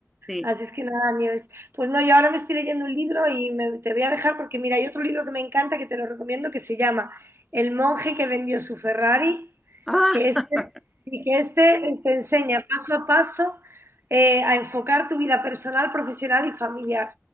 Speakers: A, in the centre; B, on the right.
A: Sí.
B: Así es que nada, Nieves. Pues no, yo ahora me estoy leyendo un libro y me- te voy a dejar porque mira, hay otro libro que me encanta que te lo recomiendo que se llama El monje que vendió su Ferrari,
A: Ah,
B: que este,
A: <laughs>
B: y que este eh, te enseña paso a paso eh, a enfocar tu vida personal, profesional y familiar.